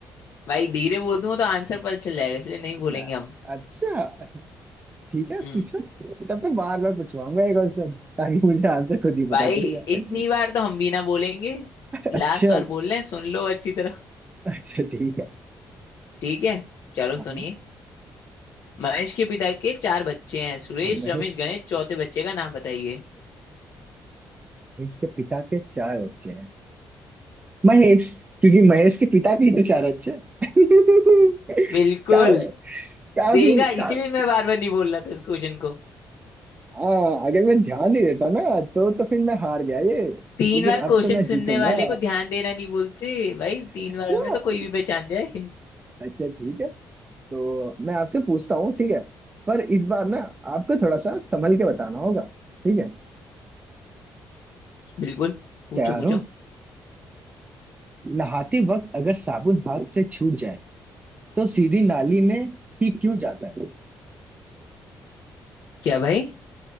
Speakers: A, on the left; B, on the right.
A: भाई धीरे बोल दूंगा तो आंसर पता चल जाएगा इसलिए नहीं बोलेंगे
B: ना,
A: हम
B: अच्छा ठीक है
A: हम्म।
B: पूछो तब तो बार बार पूछवाऊंगा एक क्वेश्चन ताकि मुझे आंसर खुद ही
A: भाई
B: पता चल जाए
A: इतनी बार तो हम भी ना बोलेंगे लास्ट
B: अच्छा
A: बार बोल रहे हैं सुन लो अच्छी तरह
B: अच्छा ठीक है
A: ठीक है चलो
B: हाँ
A: सुनिए
B: हाँ।
A: महेश के पिता के चार बच्चे हैं सुरेश
B: महेश
A: रमेश गणेश चौथे बच्चे का नाम बताइए
B: महेश के पिता के चार बच्चे हैं महेश क्योंकि महेश के पिता के ही तो चार बच्चे हैं। <laughs>
A: बिल्कुल
B: का, काफी
A: देगा
B: काफी
A: इसलिए मैं बार बार नहीं बोल रहा था इस क्वेश्चन को
B: आ, अगर मैं ध्यान नहीं देता ना तो तो फिर मैं हार गया ये
A: तीन
B: लेकिन
A: बार
B: अब
A: क्वेश्चन
B: तो मैं जीतूंगा
A: सुनने वाले को ध्यान देना नहीं बोलते भाई तीन
B: अच्छा
A: बार में तो कोई भी पहचान जाए
B: अच्छा ठीक है तो मैं आपसे पूछता हूँ ठीक है पर इस बार ना आपको थोड़ा सा संभल के बताना होगा ठीक है
A: बिल्कुल पूछो
B: तैयार
A: पूछो
B: हो नहाते वक्त अगर साबुन हाथ से छूट जाए तो सीधी नाली में ही क्यों जाता है
A: क्या भाई